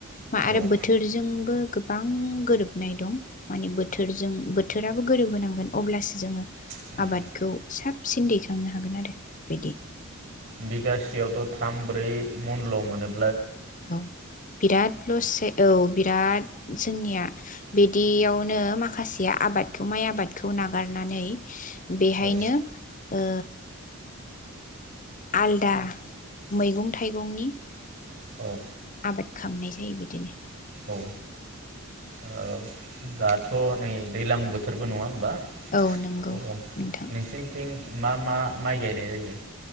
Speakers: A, on the left; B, on the right.
A: मा आरो
B: औ
A: बोथोरजोंबो गोबां गोरोबनाय दं। माने बोथोरजों बोथ थोराबो गोरोबहोनांगोन अब्लासो जोङो
B: उम
A: आबादखौ साबसिन दैखांनो हागोन आरो। बिदि
B: बिगासेयावथ' थाम ब्रै मुनल' मोनो।
A: औ बिराद लस सै औ बिराद जोंनिया बिदियावनो माखासे आबादखौ माइ आबादखौ नागारनानै बेहायनो
B: औ
A: ओ आलदा मैगं थाइगंनि
B: औ
A: आबाद खामनाय जायो बिदिनो
B: औ ओ दाथ' नै दैलां बोथोरबो नङा होमबा?
A: औ नंगौ
B: औ औ
A: नोंथां।
B: नोंसिनिथिं मा मा माइ गायनाय जायो?